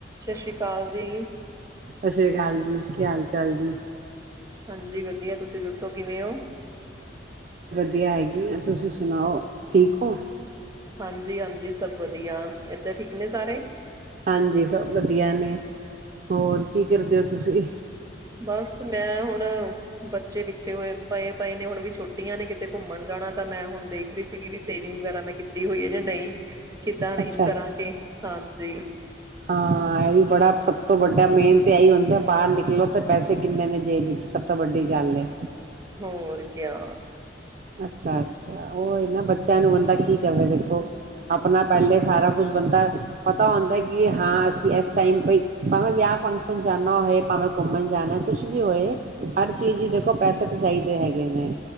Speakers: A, on the right; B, on the right.
A: ਸ਼ਸ਼੍ਰੀ ਕਾਲ ਜੀ।
B: ਸਤਿ ਸ਼੍ਰੀ ਅਕਾਲ ਜੀ ਕੀ ਹਾਲ ਚਾਲ ਜੀ।
A: ਹਾਂਜੀ ਵਧੀਆ ਤੁਸੀਂ ਦੱਸੋ ਕਿਵੇਂ ਓ?
B: ਧੀਆ ਹੈਗੀ ਆ। ਤੁਸੀਂ ਸੁਣਾਓ, ਠੀਕ ਓ?
A: ਹਾਂਜੀ ਹਾਂਜੀ ਸਭ ਵਧੀਆ। ਏਧਰ ਠੀਕ ਨੇ ਸਾਰੇ?
B: ਹਾਂਜੀ ਸਭ ਵਧੀਆ ਨੇ। ਹੋਰ ਕੀ ਕਰਦੇ ਓ ਤੁਸੀਂ?
A: ਬਸ ਮੈਂ ਹੁਣ ਬੱਚੇ ਪਿੱਛੇ ਹੋਏ ਪਏ ਪਏ ਨੇ, ਹੁਣ ਵੀ ਛੁੱਟੀਆਂ ਨੇ ਕਿਤੇ ਘੁੰਮਣ ਜਾਣਾ, ਤਾਂ ਮੈਂ ਹੁਣ ਦੇਖ ਰਹੀ ਸੀਗੀ ਵੀ ਸੇਵਿੰਗ ਵਗੈਰਾ ਮੈਂ ਕੀਤੀ ਹੋਈ ਐ ਜਾਂ ਨਹੀਂ। ਕਿੱਦਾਂ ਅਰੇਂਜ
B: ਅੱਛਾ
A: ਕਰਾਂਗੇ ਹਾਂਜੀ।
B: ਹਾਂ, ਐਹ ਵੀ ਬੜਾ ਸਭ ਤੋਂ ਵੱਡਾ ਮੇਨ ਤੇ ਐਈ ਹੁੰਦਾ, ਬਾਹਰ ਨਿਕਲੋ ਤੇ ਪੈਸੇ ਕਿੰਨੇ ਨੇ ਜੇਬ ਇੱਚ। ਸਭ ਤੋਂ ਵੱਡੀ ਗੱਲ ਏ।
A: ਹੋਰ ਕਿਆ।
B: ਅੱਛਾ ਅੱਛਾ, ਓ ਈ ਨਾ ਬੱਚਿਆਂ ਨੂੰ ਬੰਦਾ ਕੀ ਕਵੇ ਦੇਖੋ। ਆਪਣਾ ਪਹਿਲੇ ਸਾਰਾ ਕੁਛ ਬੰਦਾ ਪਤਾ ਹੁੰਦੈ, ਕਿ ਹਾਂ ਅਸੀਂ ਇਸ ਟਾਈਮ ਵਈ ਭਾਂਵੇ ਵਿਆਹ ਫੰਕਸ਼ਨ ਜਾਣਾ ਹੋਏ, ਭਾਵੇਂ ਘੁੰਮਣ ਜਾਣਾ, ਕੁਛ ਵੀ ਹੋਏ, ਹਰ ਚੀਜ਼ ਲੀ ਦੇਖੋ ਪੈਸੇ ਤੇ ਚਾਹੀਦੇ ਹੈਗੇ ਨੇ।